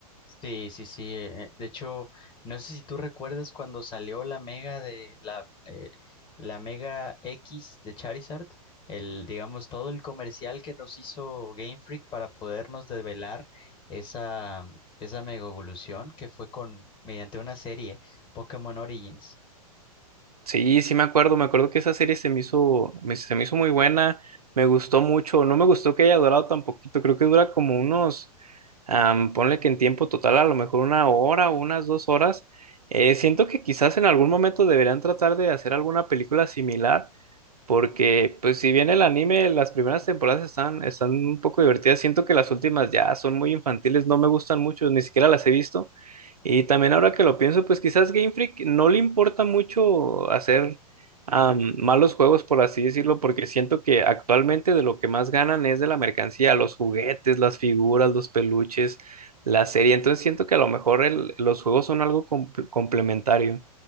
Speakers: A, on the left; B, on the right.
A: Sí, sí, sí. eh, De hecho, no sé si tú recuerdas cuando salió la mega de la, eh, la mega X de Charizard, el, digamos, todo el comercial que nos hizo Game Freak para podernos develar esa, esa mega evolución que fue con, mediante una serie, Pokémon Origins.
B: Sí, sí me acuerdo, me acuerdo que esa serie se me hizo, me- se me hizo muy buena, me gustó mucho, no me gustó que haya durado tan poquito, creo que dura como unos, am, ponle que en tiempo total a lo mejor una hora o unas dos horas. Eh, siento que quizás en algún momento deberían tratar de hacer alguna película similar, porque, pues, si bien el anime, las primeras temporadas están, están un poco divertidas, siento que las últimas ya son muy infantiles, no me gustan mucho, ni siquiera las he visto. Y también ahora que lo pienso, pues quizás Game Freak no le importa mucho hacer am, malos juegos, por así decirlo, porque siento que actualmente de lo que más ganan es de la mercancía, los juguetes, las figuras, los peluches, la serie. Entonces siento que a lo mejor el- los juegos son algo compl- complementario.